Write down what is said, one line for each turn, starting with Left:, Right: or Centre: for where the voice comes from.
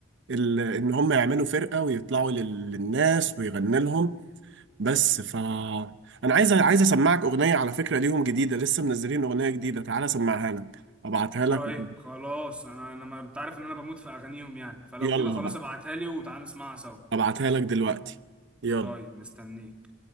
Right: ال... ان هم يعملوا فرقة ويطلعوا لل... للناس ويغني لهم بس ف انا عايز عايز اسمعك اغنية على فكرة ليهم جديدة لسه منزلين اغنية جديدة تعالى اسمعها لك ابعتها
Centre: طيب
Right: لك <laughs>
Centre: خلاص انا انا ما انت عارف ان انا بموت في اغانيهم يعني فلو
Right: يلا
Centre: كده خلاص
Right: بقى
Centre: ابعتها لي وتعال نسمعها سوا
Right: ابعتها لك دلوقتي يلا
Centre: طيب مستنيك